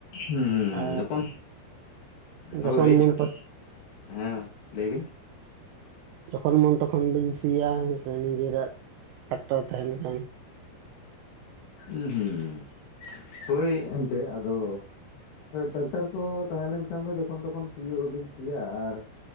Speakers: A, on the left (about 60°); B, on the right (about 80°).
A: ᱦᱩᱸ
B: ᱟ
A: ᱡᱚᱠᱷᱚᱱ ᱦᱳᱭ
B: ᱡᱚᱠᱷᱚᱱ ᱢᱚᱱ ᱛᱚᱠᱷᱚᱱ
A: ᱦᱮᱸ ᱞᱟᱹᱭ ᱵᱤᱱ?
B: ᱡᱚᱠᱷᱚᱱ ᱢᱚᱱ ᱛᱚᱠᱷᱚᱱ ᱵᱤᱱ ᱥᱤᱭᱟ ᱦᱮᱸᱥᱮ ᱱᱤᱡᱮᱨᱟᱜ ᱴᱟᱠᱴᱟᱨ ᱛᱟᱦᱮᱱ ᱠᱷᱟᱱ ᱾
A: ᱩᱸ ᱦᱩᱸ ᱦᱳᱭ ᱮᱱᱛᱮᱫ ᱟᱫᱚ ᱴᱟᱠᱛᱟᱨ ᱠᱚ ᱛᱟᱦᱮᱸ ᱞᱮᱱᱠᱷᱟᱱ ᱫᱚ ᱡᱚᱠᱷᱚᱱ ᱛᱚᱠᱷᱚᱱ ᱥᱤᱭᱳᱜᱼᱟᱵᱤᱱ ᱥᱤᱭᱟ ᱟᱨ